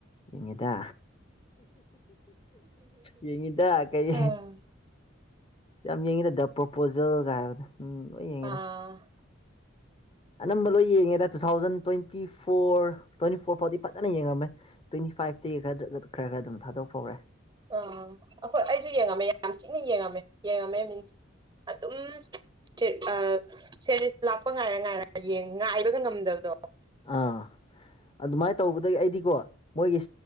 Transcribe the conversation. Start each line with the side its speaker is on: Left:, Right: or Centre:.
Left: ꯌꯦꯉꯦꯗ ꯌꯦꯉꯤꯗ ꯀꯩ
Right: ꯑꯥ
Left: ꯌꯥꯝ ꯌꯦꯡꯉꯤꯗ ꯗ ꯄ꯭ꯔꯣꯄꯣꯖꯦꯜꯒ ꯍꯥꯏꯕꯗꯣ ꯎꯝ ꯂꯣꯏ ꯌꯦꯡꯉꯤꯗ
Right: ꯑꯥ
Left: ꯑꯅꯝꯕ ꯂꯣꯏ ꯌꯦꯡꯉꯦꯗ two thousand twenty four twenty four ꯐꯥꯎꯗꯤ ꯐꯖꯅ ꯌꯦꯡꯉꯝꯃꯦ ꯇ꯭ꯋꯦꯟꯇꯤ ꯐꯥꯏꯞꯇꯒꯤ ꯈꯔ ꯈꯔ ꯈꯔ ꯑꯗꯨꯝ ꯊꯥꯗꯣꯛꯍꯧꯔꯦ
Right: ꯑꯣ ꯑꯩꯈꯣꯏ ꯑꯩꯁꯨ ꯌꯦꯡꯉꯝꯃꯦ ꯌꯥꯝ ꯊꯤꯅ ꯌꯦꯡꯉꯝꯃꯦ ꯌꯦꯡꯉꯝꯃꯦ ꯃꯤꯟꯁ ꯑꯗꯨꯝ ꯁꯦ ꯑꯥ ꯁꯦꯔꯤꯁ ꯂꯥꯛꯄ ꯉꯥꯏꯔ ꯉꯥꯏꯔ ꯌꯦꯡ ꯉꯥꯏꯕꯒ ꯉꯝꯗꯕꯗꯣ
Left: ꯑꯥ ꯑꯗꯨꯃꯥꯏꯅ ꯇꯧꯕꯗꯒꯤ ꯑꯩꯗꯤꯀꯣ ꯃꯣꯏꯒꯤ